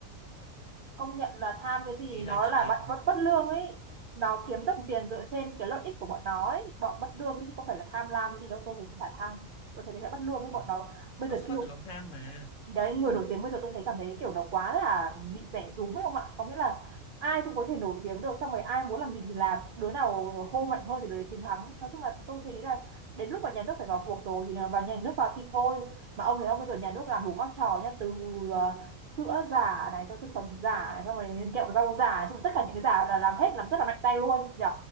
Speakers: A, on the right; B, on the left.
A: công nhận là tham cái gì
B: ý là
A: nó
B: trước
A: là
B: đấy
A: bạn
B: làm
A: bất bất lương ấy nó kiếm đồng tiền dựa trên cái lợi ích của bọn nó ấy. bọn bất lương ấy chứ không phải là tham lam gì đâu tôi thấy chả tham tôi thấy đấy là bất lương với
B: thì
A: bọn nó bây
B: nó
A: giờ
B: xuất
A: kêu
B: phát từ lòng tham mà
A: thì đấy người nổi tiếng bây giờ tôi thấy cảm thấy cái kiểu nó quá là bị rẻ rúm ấy không ạ có nghĩa là ai cũng có thể nổi tiếng được xong rồi ai muốn làm gì thì làm đứa nào hô mạnh hơn thì đứa đấy chiến thắng nói chung là tôi thấy là đến lúc mà nhà nước phải vào cuộc rồi thì là vào nhà nước vào thì thôi mà ông thấy không bây giờ nhà nước làm đủ các trò nhá từ ờ, sữa giả này xong thực phẩm giả này xong rồi kẹo rau giả này, xong rồi tất cả những cái giả là làm hết làm rất là mạnh tay luôn nhỉ